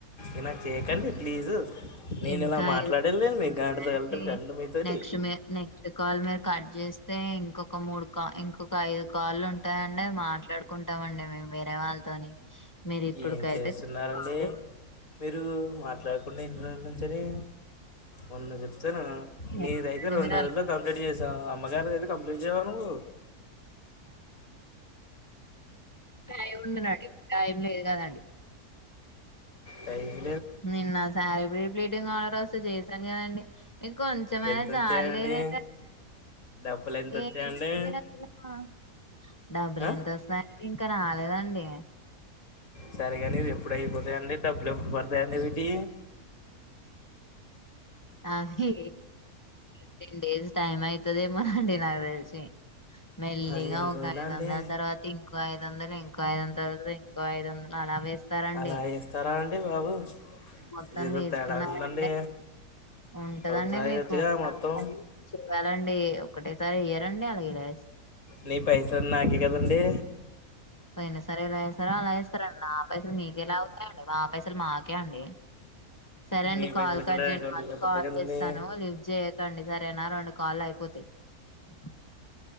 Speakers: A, on the left; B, on the left.
A: ఈల చేయకండి ప్లీజు నేను
B: ఇంకా
A: ఇలా మాట్లాడలేను
B: ఐదున్నాయండి
A: మీ గంట తగలటరు గంటలు మీతోటి
B: నెక్స్ట్ మీ నెక్స్ట్ కాల్ మీరు కట్ చేస్తే ఇంకొక ఒక మూడు కా ఇంకొక ఐదు కాళ్ళు ఉంటాయండి అ మాట్లాడుకుంటాం అండి మేము వేరే వాళ్ళతోని. మీరు ఇప్పుటికైతే
A: ఏం చేస్తున్నారంటడి
B: కాలు
A: మీరు మాట్లాడుకుంట పన్నహను రోజుల నుంచిరే వంద చెప్ సే
B: చేయండి.
A: నీద అయితే రెండు
B: మీరు
A: రోజుల్లో
B: అలా
A: కంప్లీట్ చేసావు అమ్మగారిద అయితే కంప్లీట్ చేయవా నువ్వు
B: టై ఉందినండిప్పు టై లేదు కదండి
A: టైమ్
B: నిన్న సారీ ప ప్లేటింగ్ వాళ ర వస్తే చేసాను కదండి ఇ కొంచమైనా
A: ఎంత
B: చాల
A: వచ్చాయండి
B: లేదండి
A: డబ్బులు ఎంత
B: ఏ
A: వచ్చాయండి
B: <unintelligible> డబ్బులు
A: ఆ?
B: ఎంత వస్తుయి ఇంకా రాలేదండి
A: సరేగాని ఇవి ఎప్పుడు అయిపోతాయండి డబ్బులు ఎప్పుడు పడతాయండి వీటి
B: అది ఫిఫ్టీన్ డేస్ టైమ్ అవుతుద ఏమోనండి నాకు తెలిసి మెల్లిగా
A: పదిహేను
B: ఒక
A: రోజులా
B: యిదు
A: అండి
B: వందల తర్వాత ఇంకో ఐదు వందలు ఇం ఇంకా ఐదు వంద తరువాత ఇంకో ఐదు వందలు అలా వేస్తారండి
A: అలా వేస్తారా అండి బాబు
B: మత్తం
A: ఇదేదో
B: తీసుకున్నడి
A: తేడాగా ఉందండి
B: ఉంటదండి
A: ఒకసారి
B: మీకు
A: వచ్చగా
B: నా
A: మొత్తం
B: వెళ్ళండి ఒకటేసారి ఇయ్యరండి అలాగే లే
A: నీ పైసలున్న నాకే కదండి
B: పోయినా సరే ఇలా వేస్తారో అలా వేస్తారండి నా పైసలు మీకేలా అవుతాయండి మా పైసలు మాకే అండి <inaudible> <unintelligible> సరే అండి
A: మీ పైసలు
B: కాల్ కట్జెంట్
A: కూడా అకౌంట్లో
B: మళ్ళీ
A: పడతాయి
B: కాల్
A: కదండి
B: చేస్తాను లిఫ్ట్ చేయకండి సరేనా రెండు కాల్ అయిపోతాంది <unintelligible> <inaudible>